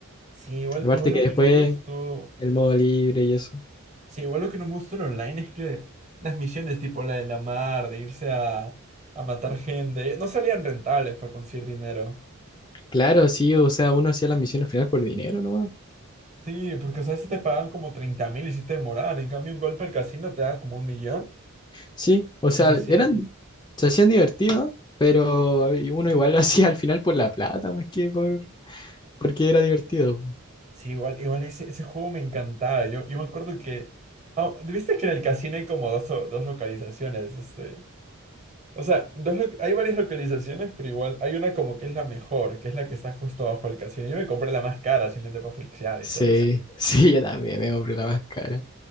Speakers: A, on the right (about 30°); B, on the left (about 20°).
A: Sí, igual,
B: Aparte
A: igual
B: que
A: lo
B: después
A: que no me gustó.
B: El modo libre y eso.
A: Sí, igual lo que no me gusta en online es que las misiones tipo la de la mar, de irse a, a matar gente, no salían rentables para conseguir dinero.
B: Claro, sí, o sea, uno hacía las misiones final por dinero nomás.
A: Sí, porque o sea, a veces te pagaban como treinta mil y si te demoraban. En cambio, un golpe al casino te daba como un millón
B: Sí, o sea,
A: y se hacía.
B: eran, se hacían divertido pero uno igual lo <laughs> hacía al final por la plata, más que por, porque era divertido.
A: Sí, igual, igual ese, ese juego me encantaba. Yo, yo me acuerdo que. ah, ¿viste que en el casino hay como dos, o- dos localizaciones? Este. O sea, dos lo- hay varias localizaciones, pero igual hay una como que es la mejor, que es la que está justo abajo del casino. Yo me compré la más cara simplemente para flexear
B: Sí,
A: y todo eso.
B: <laughs> sí, yo también me compré la más cara.